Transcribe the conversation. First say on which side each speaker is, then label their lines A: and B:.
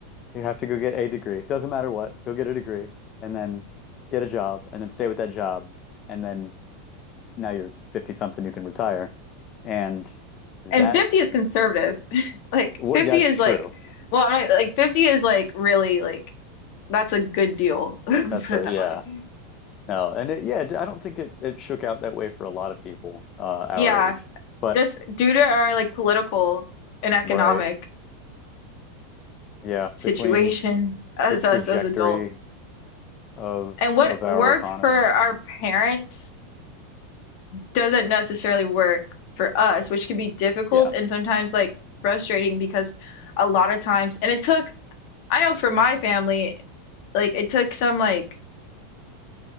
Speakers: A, on the left (about 25°); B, on the left (about 45°).
A: you have to go get a degree. Doesn't matter what, go get a degree and then get a job and then stay with that job and then now you're 50 something, you can retire. And that
B: and 50 is conservative <laughs> like
A: what
B: 50
A: that's
B: is
A: true.
B: like well I'm not, like 50 is like really like that's a good deal <laughs> let's
A: That's
B: put
A: a
B: it that
A: yeah.
B: way
A: No, and it, yeah, I don't think it it shook out that way for a lot of people uh our
B: Yeah,
A: age. But
B: just due to our like political and economic
A: right, yeah,
B: situation
A: between
B: as
A: the trajectory
B: us as adults.
A: of
B: And what
A: of our
B: worked
A: economies.
B: for our parents doesn't necessarily work for us, which can be difficult
A: Yeah.
B: and sometimes like frustrating because a lot of times, and it took, I know for my family, like it took some like